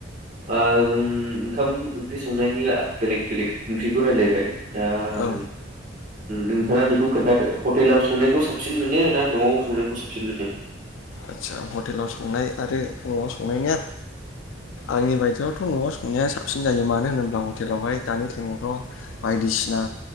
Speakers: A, on the right; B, on the left.
A: ओम ओंखाम ओंख्रि। संनायनि बेलेग बेलेग ओंख्रिखौ रायज्लायबाय। दा
B: औ
A: जों। नोंथाङा बेखौ खोन्थादो हटेलाव संनायखौ साबसिन मोनो ना नआव संनायखौ साबसिन मोनो।
B: आदसा हटेलाव संनाय आरो नआव संनायनिया आंनि बायदियावथ नआव संनाया साबसिन जायो मानो होनोब्ला हटेलावहाय दानि टाइमावथ बायदिसिना